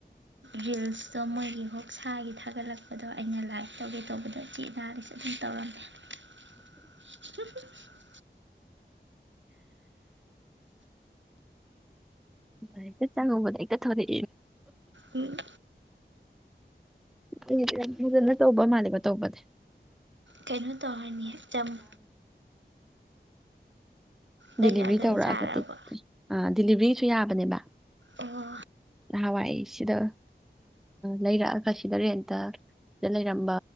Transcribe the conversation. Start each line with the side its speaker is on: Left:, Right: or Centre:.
Right: ꯔꯤꯜꯁꯇꯣ ꯃꯣꯏꯒꯤ ꯍ ꯈꯨꯧꯁꯥꯒꯤ ꯊꯥꯒꯠꯂꯛꯄꯗꯣ ꯑꯩꯅ ꯂꯥꯏꯔꯤꯛ ꯇꯧꯒꯦ ꯇꯧꯕꯗꯣ ꯏꯆ ꯏꯅꯥꯗꯁꯨ ꯑꯗꯨꯝ ꯇꯧꯔꯝꯃꯦ <unintelligible>
Centre: ꯥꯏꯛꯇ ꯆꯪꯉꯕꯗ ꯑꯩꯛꯇ ꯊꯧꯔꯦ
Right: ꯎꯝ
Centre: ꯑꯩ ꯌꯥꯝ ꯐꯖꯅ ꯇꯧꯕ ꯃꯥꯜꯂꯦꯀ ꯇꯧꯕꯅꯦ
Right: ꯀꯩꯅꯣ ꯇꯧꯔꯅꯤ ꯆꯃꯨ ꯂꯩꯔꯛꯑꯒ
Centre: ꯗꯤꯂꯤꯚꯔꯤ ꯇꯧꯔꯛꯑꯒꯗꯤ
Right: ꯆꯥꯔꯕꯣ
Centre: ꯑ ꯗꯤꯂꯤꯚꯔꯤ ꯁꯨ ꯌꯥꯕꯅꯦꯕ
Right: ꯑꯣ
Centre: ꯅꯍꯥꯟ ꯋꯥꯏ ꯁꯤꯗ ꯂꯩꯔꯛꯑꯒ ꯁꯤꯗ ꯔꯦꯟꯇ ꯁꯤꯗ ꯂꯩꯔꯝꯕ